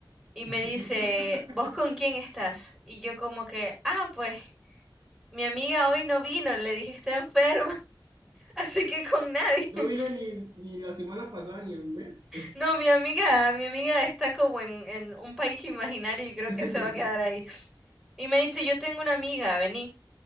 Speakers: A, in the centre; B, on the right.
A: Y
B: <laughs>
A: me dice, ¿vos con quién estás? Y yo como que, ah, pues mi amiga hoy no vino, le dije, está enferma, <laughs> así que con nadie.
B: No
A: <laughs>
B: vino ni, ni la semana pasada ni el mes.
A: No, mi amiga, mi amiga está como en, en un país imaginario y creo
B: <laughs>
A: que se va a quedar ahí. Y me dice, yo tengo una amiga, vení.